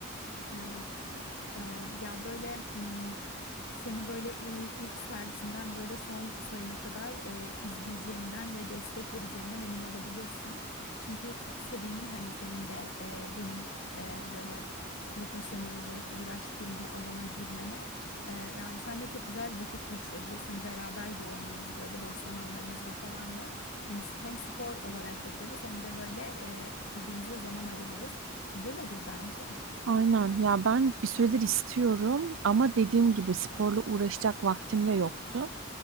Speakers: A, on the left (about 70°); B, on the right (about 65°).
A: Evet. Ee, ya böyle m, seni böyle i- ilk servisinden böyle son sayına kadar e, izleyeceğimden ve destek vereceğimden emin olabilirsin. Çünkü çok sevindim hani senin de e, benim e, böyle profesyonel olarak uğraştığım bir alana girmene. E, yani seninle çok güzel vakit geçiririz. Hani beraber de oynarız böyle boş zamanlarımızda falan da. Hani hem spor olarak yaparız hem de böyle e, birbirimize zaman ayırırız. Güzel olur bence.
B: Aynen ya ben bir süredir istiyorum ama dediğim gibi sporla uğraşacak vaktim de yoktu.